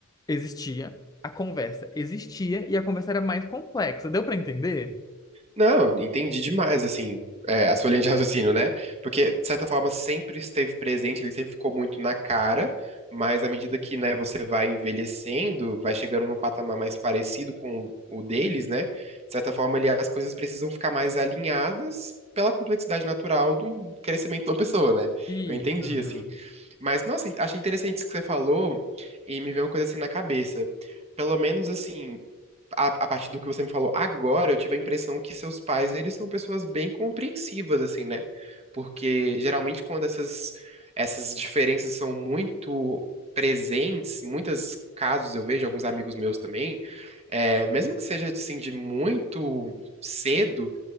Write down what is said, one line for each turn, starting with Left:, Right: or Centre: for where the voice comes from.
Left: existia, a conversa existia e a conversa era mais complexa. Deu para entender?
Right: Não, entendi demais, assim, é, a sua <laughs> linha de raciocínio, né? Porque, de certa forma, sempre esteve presente, ele sempre ficou muito na cara, mas à medida que, né, você vai envelhecendo, vai chegando num patamar mais parecido com o deles, né? De certa forma, ali, as coisas precisam ficar mais alinhadas pela complexidade natural do crescimento de uma pessoa, né?
Left: Isso,
Right: Eu entendi,
Left: aham.
Right: assim. Mas, nossa, achei interessante isso que você falou e me veio uma coisa assim na cabeça. Pelo menos, assim, a, a partir do que você me falou agora, eu tive a impressão que seus pais, eles são pessoas bem compreensivas, assim, né? Porque geralmente quando essas, essas diferenças são muito presentes, muitos casos eu vejo, alguns amigos meus também, é, mesmo que seja, assim, de muito cedo,